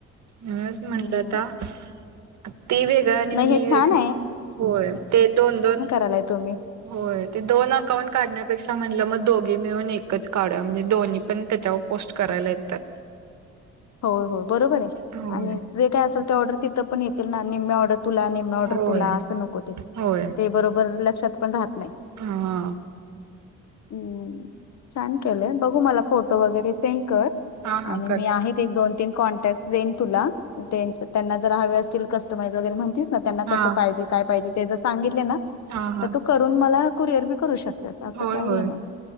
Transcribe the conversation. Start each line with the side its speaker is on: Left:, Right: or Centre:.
Right: म्हणूनच म्हटलं
Left: हम्म.
Right: तर ते व्य आणि
Left: नाही
Right: मी
Left: हे छान
Right: एक होय ते दोन दोन
Left: आलाय तुम्ही
Right: होय ते दोन अकाउंट काढण्यापेक्षा म्हटलं मग दोघे मिळून एकच काढू म्हणजे दोन पण त्याच्याव पोस्ट करायला येतात.
Left: <inaudible> हो हो बरोबर आहे
Right: होय
Left: आणि जे काय असेल ते ऑर्डर तिथं पण येतील ना, निम्मे ऑर्डर तुला आणि ऑर्डर
Right: होय
Left: तुला अस नको ते
Right: होय
Left: ते बरोबर लक्षात पण राहत नाही.
Right: हा.
Left: हं छान केलंय बघू मला फोटो वगैरे सेंड कर
Right: हा हा
Left: आणि
Right: करतो
Left: मी आहे एक दोन तीन कॉन्टॅक्ट देईन तुला त्यांचं त्यांना जरा हवे असतील कस्टमाईज वगैरे म्हणतीस त्यांना कस
Right: हा
Left: पाहिजे काय पाहिजे ते जर सांगितले ना
Right: हा हा
Left: तर तू करून मला कुरिअर बी करू शक त्यास असं
Right: होय
Left: काही
Right: होय
Left: नाही